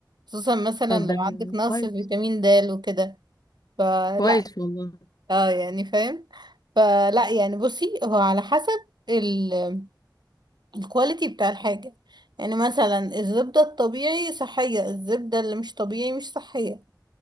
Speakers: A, on the right (about 80°); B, on the left (about 60°).
A: خصوصا مثلا
B: طب
A: لو
B: ده
A: عندك نقص
B: كويس
A: في فيتامين د وكده فلا
B: كويس والله
A: اه يعني فاهم فلا يعني بصي هو على حسب ال- الكواليتي بتاع الحاجة يعني مثلا الزبدة الطبيعي صحية الزبدة اللي مش طبيعي مش صحية